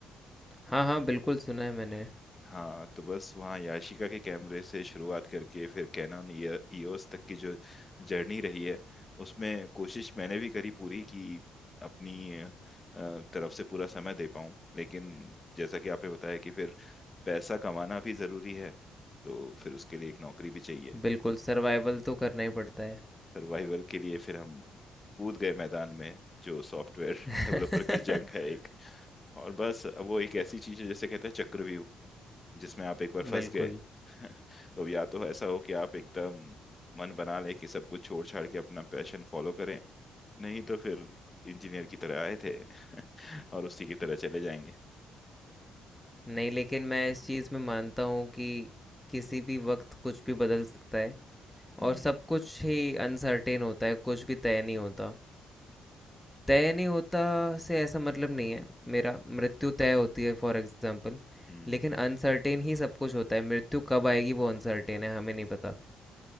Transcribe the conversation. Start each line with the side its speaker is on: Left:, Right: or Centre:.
Centre: हाँ हाँ बिल्कुल सुना है मैंने
Left: हाँ तो बस वहाँ याशिका के कैमरे से शुरुआत करके फिर कैनन ईओएस तक की जो जर्नी रही है उसमें कोशिश मैंने भी करी पूरी कि अपनी अ, तरफ से पूरा समय दे पाऊँ लेकिन जैसा कि आपने बताया कि फिर पैसा कमाना भी ज़रूरी है तो फिर उसके लिए एक नौकरी भी चाहिए
Centre: बिल्कुल सर्वाइवल तो करना ही पड़ता है
Left: सर्वाइवल के लिए फिर हम कूद गए मैदान में जो सॉफ्टवेयर
Centre: <laughs>
Left: <laughs> डेवलपर की जंग है एक और बस वो एक ऐसी चीज़ है जैसे कहते हैं चक्रव्यूह जिसमें आप एक बार फंस
Centre: बिल्कुल
Left: गए <laughs> तो या तो ऐसा हो कि आप एकदम मन बना लें कि सब कुछ छोड़ छाड़ के अपना पैशन फॉलो करें नहीं तो फिर इंजीनियर की तरह आए थे <laughs> और उसी की तरह चले जाएंगे
Centre: नहीं लेकिन मैं इस चीज़ में मानता हूँ कि किसी भी वक्त कुछ भी बदल सकता है
Left: हम्म
Centre: और सब कुछ ही अनसर्टेन होता है कुछ भी तय नहीं होता तय नहीं होता से ऐसा मतलब नहीं है मेरा मृत्यु तय होती है फॉर एग्जांपल
Left: हम्म
Centre: लेकिन अनसर्टेन ही सब कुछ होता है मृत्यु कब आएगी वो अनसर्टेन है हमें नहीं पता